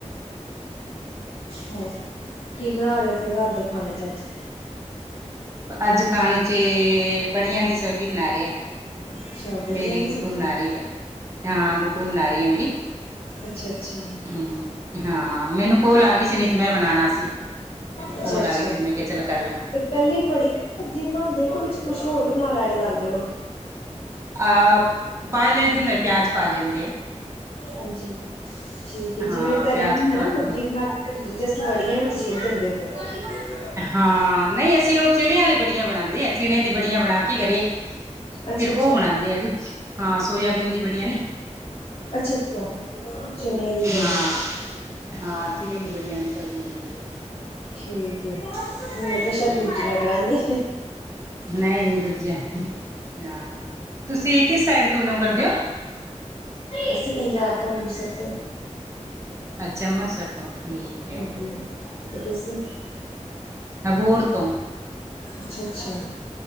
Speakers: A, on the right; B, on the left.
A: ਠੀਕ
B: ਹੋਰ ਕੀ ਬਨਾ ਰੇ ਓਂ। ਕੀ ਰਾਤ ਦੇ ਖਾਣੇ ਚ ਅੱਜ
A: ਹੈ ਅੱਜ ਖਾਨੇ ਚੇ ਬੜੀਆਂ ਦੀ ਸਬਜ਼ੀ ਬਨਾ ਰਏਂ ਆਂ।
B: ਅੱਛਾ ਬੜੀਆਂ
A: ਮੇਰੀ
B: ਦੀ
A: ਗੁੱਡੂ
B: ਸਬਜ਼ੀ
A: ਬਨਾ ਰੀ ਐ, ਹਾਂ ਗੁੱਡੂ ਬਨਾ ਰੀ ਐ ਮੇਰੀ।
B: ਅੱਛਾ-ਅੱਛਾ।
A: ਹੂੰ, ਹਾਂ ਮੈਨੂੰ ਕੋਲ ਆ ਗੀ ਸੀ ਨਈ ਤੇ ਮੈਂ ਬਨਾਨਾ ਸੀ। ਮੈਨੂੰ
B: ਅੱਛਾ-ਅੱਛਾ
A: ਕੋਲ ਆ ਗੀ ਫਿਰ ਮੈਂ ਕਿਆ ਚੱਲ ਕਰਲਾਂ।
B: ਤੇ ਕੱਲੀ ਵੜੀਆ ਦੀ ਸਬਜ਼ੀ ਬਨਾਂਦੇ ਓਂ ਕੇ ਵਿੱਚ ਕੁਛ ਹੋਰ ਵੀ ਨਾਲ ਐਡ ਕਰਦੇ ਓਂ।
A: ਆ, ਪਾ ਲਈਦੇ ਨੇ ਪਿਆਜ਼ ਪਾ ਲੇਂਦੇ ਆ।
B: ਹਾਂਜੀ ਠੀਕ ਏ
A: ਹਾਂ
B: ਜਿਵੇਂ ਤਰੀ
A: ਪਿਆਜ਼
B: ਹਨਾ
A: ਪਾ
B: ਸਬਜ਼ੀ
A: ਹਾਂਜੀ
B: ਬਨਾ ਕੇ ਜਸਟ ਵੜੀਆਂ ਵਿੱਚ ਸੁੱਟ ਦਿੰਦੇ ਓਂ ਫੇਰ।
A: ਹਾਂ ਨਈਂ ਅਸੀਂ ਓ ਚਿਨਿਆਂ ਆਲੀ ਬੜੀਆਂ ਬਨਾਂਦੇ ਐ। ਚੀਣਿਆਂ ਦੀ ਬੜੀਆਂ ਬਣਾ ਕੇ ਘਰੇ
B: ਅੱਛਾ
A: ਫਿਰ
B: ਅੱਛਾ
A: ਉਹ ਬਣਾਂਦੇ ਆ ਦੁੱਧ ਚ ਹਾਂ ਸੋਇਆਬੀਨ ਦੀ ਬੜੀਆ ਨਈਂ।
B: ਅੱਛਾ ਅੱਛਾ, ਚਣੇ ਦੀ ਵੜੀਆ।
A: ਹਾਂ ਹਾਂ ਚਨੇ ਦੀ ਬੜੀਆਂ ਦੀ ਸਬਜ਼ੀ ਬਣਾਂਦੇ।
B: ਠੀਕ ਐ, ਮੇਂ ਕਿਆ
A: ਆ
B: ਸ਼ਾਇਦ ਦੂਜੀਆਂ ਕੈਣ ਦੇ।
A: ਨਈ ਦੂਜੀਆਂ ਹਾਂ, ਤੁਸੀਂ ਕਿਸ ਸਾਈਡ ਤੋਂ ਬਿਲੋਂਗ ਕਰਦੇ ਓ?
B: ਅਸੀਂ ਪੰਜਾਬ ਤੋਂ, ਅੰਮ੍ਰਿਤਸਰ ਤੋਂ
A: ਅੱਛਾ ਅੰਮ੍ਰਿਤਸਰ ਤੋਂ ਠੀਕ ਹੈ
B: ਹਾਂਜੀ ਤੇ ਤੁਸੀਂ
A: ਅਬੋਰ ਤੋਂ
B: ਅੱਛਾ, ਅੱਛਾ।